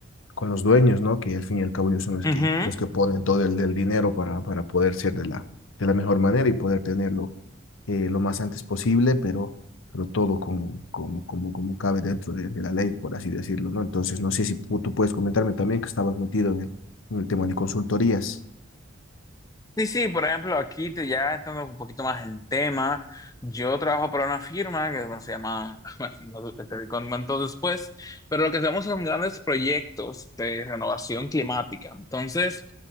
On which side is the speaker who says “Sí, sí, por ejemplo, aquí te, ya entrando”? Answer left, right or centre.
Left